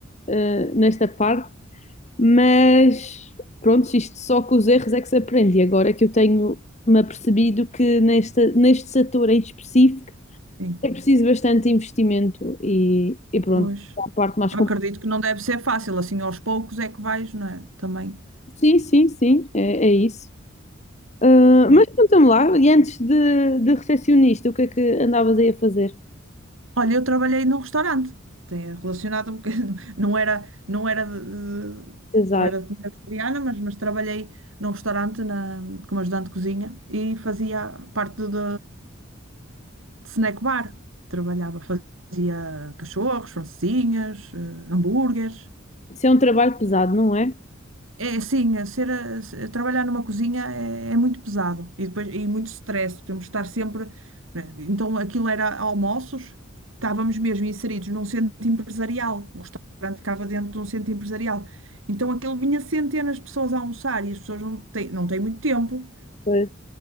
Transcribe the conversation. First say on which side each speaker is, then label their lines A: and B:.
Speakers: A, on the left (about 35°); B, on the right (about 80°).
A: ah, nesta parte. Mas pronto, isto só com os erros é que se aprende. E agora que eu tenho me apercebido que nesta, neste setor em específico
B: sim,
A: é preciso bastante investimento e, e pronto,
B: pois.
A: a parte mais
B: Acredito
A: complicada.
B: que não deve ser fácil, assim aos poucos é que vais, não é? Também.
A: Sim, sim, sim, é, é isso. Ah,
B: Bom.
A: mas conta-me lá, e antes de, de recepcionista, o que é que andavas aí a fazer?
B: Olha, eu trabalhei num restaurante, tem relacionado um bocadinho, <laughs> não era, não era de, de-
A: Design.
B: não era de comida vegetariana, mas, mas trabalhei num restaurante na, como ajudante de cozinha e fazia parte de, snack bar. Trabalhava, fazia cachorros, francesinhas, eh, hambúrgueres.
A: Isso é um trabalho pesado, não é?
B: É assim, a ser, a- se- a trabalhar numa cozinha é, é muito pesado e depois e muito stress. Temos de estar sempre. né? Então aquilo era almoços, estávamos mesmo inseridos num centro empresarial. O restaurante ficava dentro de um centro empresarial. Então aquilo vinha centenas de pessoas a almoçar e as pessoas não têm, não têm muito tempo.
A: Pois.